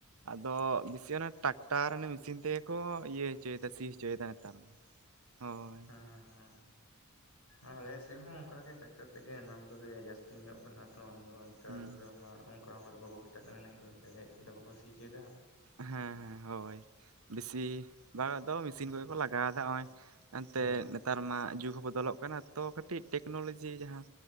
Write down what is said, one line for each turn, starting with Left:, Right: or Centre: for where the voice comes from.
Right: ᱟᱫᱚ ᱵᱮᱥᱤ ᱚᱱᱟ ᱴᱨᱟᱠᱴᱟᱨ ᱢᱮᱥᱤᱱ ᱛᱮᱜᱮ ᱠᱚ ᱤᱭᱟᱹ ᱪᱮᱫᱟ ᱥᱤ ᱦᱚᱪᱚᱭᱫᱟ ᱱᱮᱛᱟᱨ ᱢᱟ ᱦᱳᱭ
Left: ᱦᱮᱸ ᱦᱮᱸ ᱟᱞᱮᱥᱮᱫ ᱦᱚᱸ ᱚᱱᱠᱟᱜᱮ ᱴᱨᱟᱠᱴᱟᱨ ᱛᱮᱜᱮ ᱚᱱᱟ ᱠᱚᱫᱚ ᱡᱟᱹᱥᱛᱤ ᱧᱚᱜ ᱠᱟᱱᱟ ᱛᱚ ᱟᱫᱚ ᱱᱮᱛᱟᱨ
Right: ᱦᱩᱸ
Left: ᱢᱟ ᱚᱱᱠᱟ ᱦᱚᱲ ᱵᱟᱠᱚ ᱠᱷᱟᱴᱟᱜ ᱠᱟᱱᱟ ᱛᱮᱫᱚ ᱵᱟᱠᱚ ᱥᱤ ᱪᱦᱚᱪᱚᱭᱫᱟ
Right: ᱦᱮᱸ ᱦᱮᱸ ᱦᱳᱭ ᱵᱮᱥᱤᱨ ᱵᱷᱟᱜ ᱠᱚᱣᱟᱫᱚ ᱢᱮᱥᱤᱱ ᱠᱚᱜᱮ ᱠᱚ ᱞᱟᱜᱟᱣᱫᱟ ᱱᱚᱜᱼᱚᱭ ᱮᱱᱛᱮᱜ
Left: ᱦᱮᱸ
Right: ᱱᱮᱛᱟᱨ ᱢᱟ ᱡᱩᱜᱽ ᱦᱚᱸ ᱵᱚᱫᱚᱞᱚᱜ ᱠᱟᱱᱟ ᱛᱚ ᱠᱟᱹᱴᱤᱡ ᱴᱮᱠᱱᱳᱞᱚᱡᱤ ᱡᱟᱦᱟᱸ